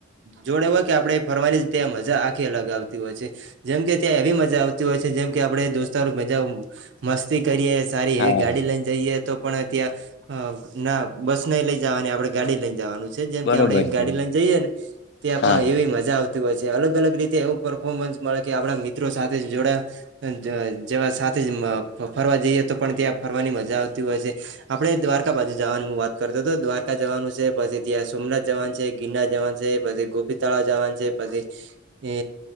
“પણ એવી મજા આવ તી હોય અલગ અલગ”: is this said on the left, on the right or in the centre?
Right